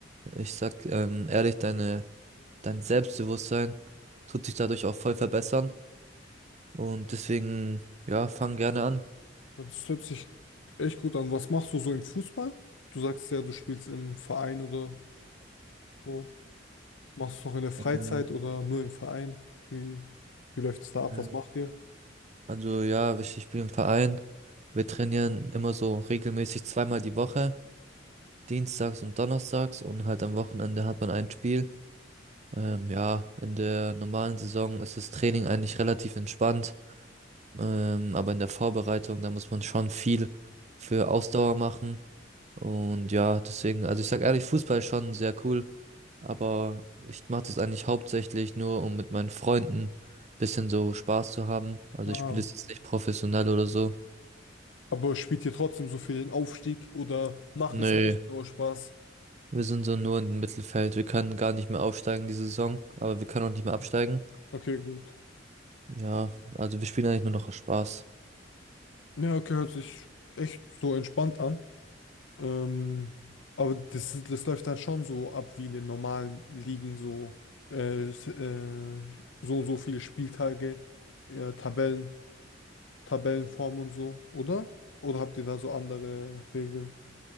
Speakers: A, on the right; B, on the left.
A: Ich sag ähm, ehrlich, deine, dein Selbstbewusstsein tut sich dadurch auch voll verbessern. Und deswegen, ja, fang gerne an.
B: Das hört sich echt gut an. Was machst du so im Fußball? Du sagst ja, du spielst im Verein oder so. Machst du es auch in der Freizeit
A: Ähm,
B: oder nur im Verein? Wie, wie läuft es da ab?
A: äh,
B: Was macht ihr?
A: Also ja, wichtig, ich bin im Verein. Wir trainieren immer so regelmäßig zweimal die Woche, dienstags und donnerstags und halt am Wochenende hat man ein Spiel. Ähm, ja, in der normalen Saison ist das Training eigentlich relativ entspannt. Ähm, aber in der Vorbereitung, da muss man schon viel für Ausdauer machen. Und ja, deswegen, also ich sag ehrlich, Fußball ist schon sehr cool. Aber ich mache das eigentlich hauptsächlich nur, um mit meinen Freunden bisschen so Spaß zu haben. Also
B: Ah.
A: ich spiele es jetzt nicht professionell oder so.
B: Aber spielt ihr trotzdem so für den Aufstieg oder macht
A: Nee.
B: es echt nur Spaß?
A: Wir sind so nur im Mittelfeld. Wir können gar nicht mehr aufsteigen diese Saison, aber wir können auch nicht mehr absteigen.
B: Okay, gut.
A: Ja, also wir spielen eigentlich nur noch aus Spaß.
B: Ja, okay, hört sich echt so entspannt an. Ähm, aber das, das läuft dann schon so ab wie in den normalen Ligen, so, äh, s- äh, so und so viele Spieltage, äh, Tabellen, Tabellenform und so, oder? Oder habt ihr da so andere Regeln?